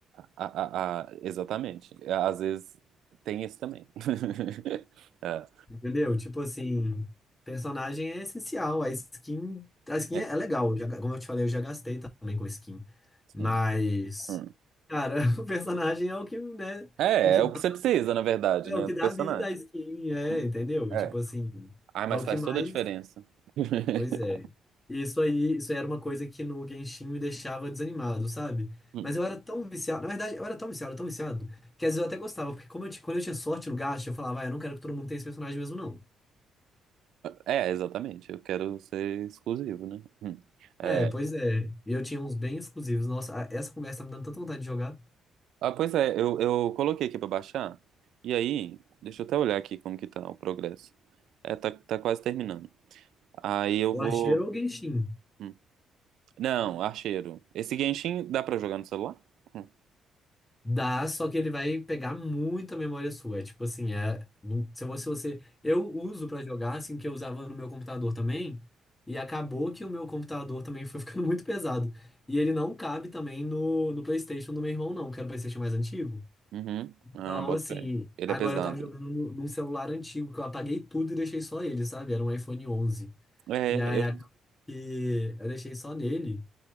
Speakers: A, on the right; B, on the left.
A: a, a- exatamente. É, Às vezes tem isso também. <laughs> Ah,
B: Entendeu? Tipo assim, personagem é essencial, a skin, a skin
A: é,
B: é, é legal, eu já, como eu te falei, eu já gastei também com skin, mas
A: sim. Hum.
B: cara, <laughs> o personagem é o que, né,
A: É,
B: o que
A: é
B: dá,
A: o que você precisa, na verdade,
B: é
A: né,
B: o que
A: do
B: dá
A: personagem.
B: vida à skin, é,
A: Hum,
B: entendeu?
A: É.
B: Tipo assim,
A: Ah,
B: é
A: mas
B: o que
A: faz
B: mais
A: toda a diferença. <laughs>
B: Pois é. E Isso aí, isso aí era uma coisa que no Genshin me deixava desanimado, sabe?
A: Hum.
B: Mas eu era tão viciado, na verdade, eu era tão viciado, tão viciado, que às vezes eu até gostava, porque como eu, ti- quando eu tinha sorte no gacha, eu falava, ah, eu não quero que todo mundo tenha esse personagem mesmo, não.
A: É, exatamente. Eu quero ser exclusivo, né? Hum. É.
B: É, pois é. E eu tinha uns bem exclusivos. Nossa, a- essa conversa tá me dando tanta vontade de jogar.
A: Ah, pois é, eu, eu coloquei aqui pra baixar. E aí, deixa eu até olhar aqui como que tá o progresso. É, tá, tá quase terminando. Aí eu
B: O
A: vou.
B: Archeiro ou o Genshin?
A: hum, Não, archeiro. Esse Genshin dá pra jogar no celular? Hum.
B: Dá, só que ele vai pegar muita memória sua. É tipo assim, é. não- se você, você. Eu uso pra jogar, assim, que eu usava no meu computador também. E acabou que o meu computador também foi <laughs> ficando muito pesado. E ele não cabe também no, no PlayStation do meu irmão, não, que era o PlayStation mais antigo.
A: Uhum.
B: Então,
A: Ah, bota
B: assim,
A: fé. Ele
B: agora
A: é pesado.
B: eu tava jogando no- num celular antigo que eu apaguei tudo e deixei só ele, sabe? Era um iPhone 11.
A: É,
B: E aí
A: eu.
B: acabou que eu deixei só nele.